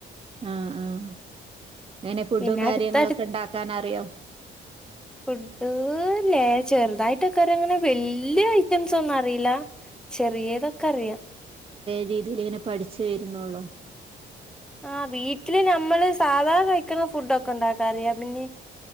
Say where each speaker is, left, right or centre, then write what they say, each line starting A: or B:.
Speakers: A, on the right; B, in the centre.
A: ആഹ ആഹ അങ്ങനെ ഫുഡും
B: പിന്നെ
A: കാര്യങ്ങളൊക്കെ
B: അടുത്തടു
A: ഉണ്ടാക്കാൻ അറിയോ
B: ഫുഡ്ല്ലേ ചെറുതായിട്ടൊക്കൊര അങ്ങനെ വല്യ ഐറ്റംസ ഒന്നും അറിയില്ല ചെറിയതൊക്കെ അറിയാ
A: രീതിൽ ഇങ്ങനെ പഠിച്ചു വരുന്നുള്ളോ
B: ആ വീട്ടില് നമ്മള് സാധാരണ കഴിക്കുന്ന ഫുടൊക്കറിയ പിന്നെ